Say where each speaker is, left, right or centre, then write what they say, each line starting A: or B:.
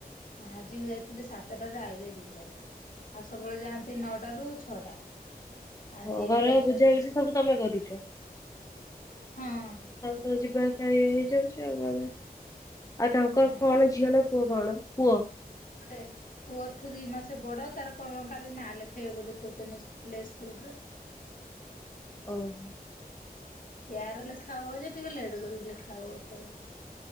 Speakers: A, on the left (about 55°); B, on the left (about 20°).
A: ଆଜିକୁ ଯାଇଥିଲେ ସାତଟାରୁ ଆଇଲେ ଦିଟାରେ ଆଉ ସବୁବେଳେ ଯାଆନ୍ତି ନଅଟା ରୁ ଛଅଟା। ଆଜି
B: ହଁ ଘରର
A: ଯାଇଛନ୍ତି
B: ବୁଝା ବୁଝି
A: ସାତଟା।
B: ସବୁ ତମେ କରୁଛ ତାଙ୍କ
A: ହଁ
B: ଯିବା ଆସିବା। ହେଇ ଯାଉଛି ଆଉ ନହେଲେ। ଆଉ ତାଙ୍କ ର
A: ହଁ
B: କଣ ଝିଅ ନା ପୁଅ କଣ। ପୁଅ।
A: ଅଟେ ପୁଅଠୁ ଦି ମାସେ ବଡ ତାର କଣ କାଲି ନା ଲେଖେଇବେ ବୋଲି କହୁଛନ୍ତି ପ୍ଲେ ସ୍କୁଲରେ।
B: ଓ ହୋ।
A: ୟାର ଲେଖା ହବ ଯେ ଟିକେ ଲେଟ୍ କରିକି ଲେଖା ହବ କହିଲେ।